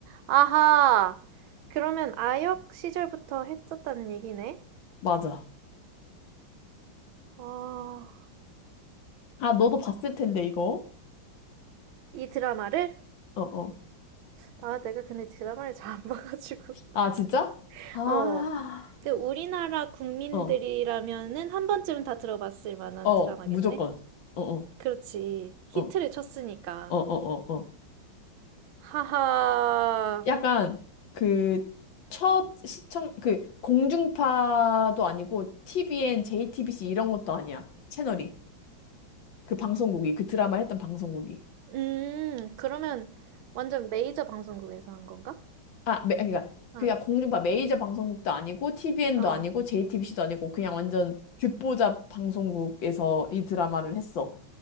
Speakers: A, on the right; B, on the left.
A: 아하. 그러면 아역 시절부터 했었다는 얘기네.
B: 맞아.
A: 아,
B: 아, 너도 봤을 텐데, 이거.
A: 이 드라마를?
B: 어, 어.
A: 아, 내가 근데 드라마를 잘 안 봐가지고.
B: 아, 진짜?
A: <laughs>
B: 아,
A: 어. 그 우리나라 국민들이라면은
B: 어,
A: 한 번쯤은 다 들어봤을 만한
B: 어,
A: 드라마겠네?
B: 무조건. 어, 어,
A: 그렇지. 히트를
B: 어,
A: 쳤으니까.
B: 어, 어, 어. 어.
A: 하하.
B: 약간 그 첫 시청, 그 공중파도 아니고 TVN, JTBC 이런 것도 아니야. 채널이. 그 방송국이, 그 드라마 했던 방송국이.
A: 음, 그러면 완전 메이저 방송국에서 한 건가?
B: 아, 매, 그러니까
A: 아,
B: 그냥 공중파 메이저 방송국도 아니고 TVN도
A: 어.
B: 아니고 JTBC도 아니고 그냥 완전 귓보잡 방송국에서 이 드라마를 했어.